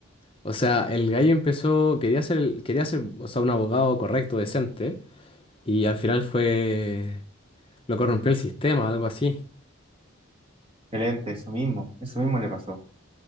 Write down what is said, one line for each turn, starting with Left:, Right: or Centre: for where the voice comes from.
Left: O sea, el gallo empezó, quería ser, el- quería ser, o sea, un abogado correcto, decente, Y al final fue... Lo corrompió el sistema, algo así.
Right: Excelente, eso mismo, eso mismo le pasó.